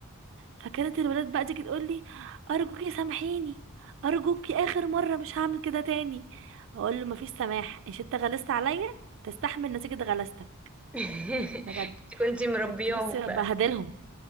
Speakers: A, on the right (about 60°); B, in the centre.
A: فكانت الولاد بقى تيجي تقول لي ارجوكي سامحيني ارجوكي اخر مره مش هعمل كده تاني اقول له مفيش سماح إيش انت غلست عليا تستحمل نتيجه غلستك
B: <laughs>
A: بجد
B: انت كنتي مربياهم
A: كنت بصي
B: بقى
A: بهدلهم